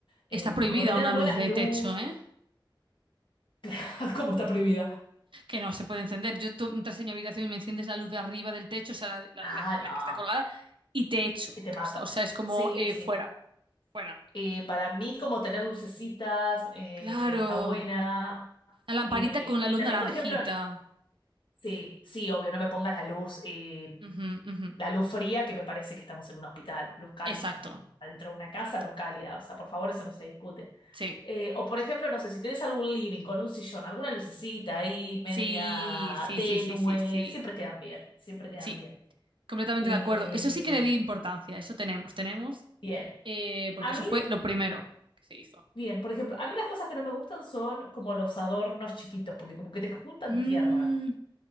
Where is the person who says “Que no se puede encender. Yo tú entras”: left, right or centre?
Right